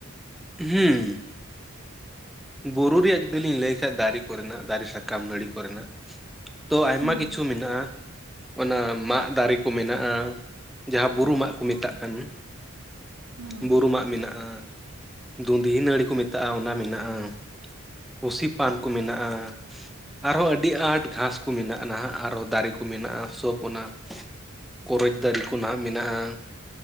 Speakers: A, in the centre; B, on the right (about 65°).
A: ᱦᱩᱸ ᱵᱩᱨᱩ ᱨᱮᱭᱟᱜ ᱡᱩᱫᱤ ᱞᱤᱧ ᱞᱟᱹᱭ ᱠᱷᱟᱡ ᱫᱟᱨᱮ ᱠᱚᱨᱮᱱᱟᱜ ᱫᱟᱨᱮ ᱥᱟᱠᱟᱢ ᱱᱟᱹᱲᱤ ᱠᱚᱨᱮᱱᱟᱜ ᱛᱚ ᱟᱭᱢᱟ
B: ᱦᱩᱸ
A: ᱠᱤᱪᱷᱩ ᱢᱮᱱᱟᱜᱼᱟ ᱚᱱᱟ ᱢᱟᱜᱽ ᱫᱟᱨᱮ ᱠᱚ ᱢᱮᱱᱟᱜᱼᱟ ᱡᱟᱦᱟᱸ ᱵᱩᱨᱩ ᱢᱟᱜᱽ ᱠᱚ
B: ᱦᱩᱸ
A: ᱢᱮᱛᱟᱜ ᱠᱟᱱ
B: ᱦᱩᱸ
A: ᱵᱩᱨᱩ ᱢᱟᱜᱽ ᱢᱮᱱᱟᱜᱼᱟ ᱫᱩᱸᱫᱷᱤ ᱱᱟᱹᱲᱤ ᱠᱚ ᱢᱮᱛᱟᱜᱼᱟ ᱚᱱᱟ ᱢᱮᱱᱟᱜᱼᱟ ᱯᱩᱥᱤ ᱯᱟᱱ ᱠᱚ ᱢᱮᱱᱟᱜᱼᱟ ᱟᱨᱦᱚᱸ ᱟᱹᱰᱤ ᱟᱸᱴ ᱜᱷᱟᱥ ᱠᱚ ᱢᱮᱱᱟᱜᱼᱟ ᱱᱟᱦᱟᱜ ᱟᱨᱚ ᱫᱟᱨᱮ ᱠᱚ ᱢᱮᱱᱟᱜᱼᱟ ᱥᱚᱵ ᱚᱱᱟ ᱠᱚᱨᱚᱪ ᱫᱟᱨᱮ ᱠᱚ ᱱᱟᱦᱟᱜ ᱢᱮᱱᱟᱜᱼᱟ